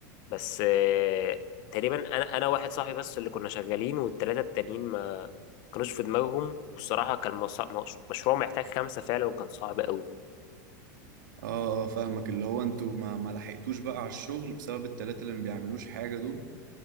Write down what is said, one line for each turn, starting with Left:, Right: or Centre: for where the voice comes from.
Left: بس آه، تقريبا انا انا واحد صاحبي بس اللي كنا شغالين والثلاثه التانيين ما كانوش في دماغهم والصراحه كان مص- مش- مشروع محتاج خمسه فعلا وكان صعب قوي
Right: اه اه فاهمك اللي هو انتوا ما ما لحقتوش بقى على الشغل بسبب التلاتة اللي ما بيعملوش حاجة دول